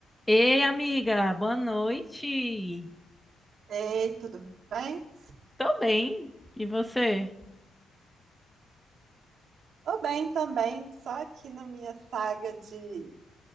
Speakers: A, in the centre; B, on the right.
A: Ei, amiga, boa noite.
B: Ei, tudo bem?
A: Tô bem. E você?
B: Tô bem também, só aqui na minha saga de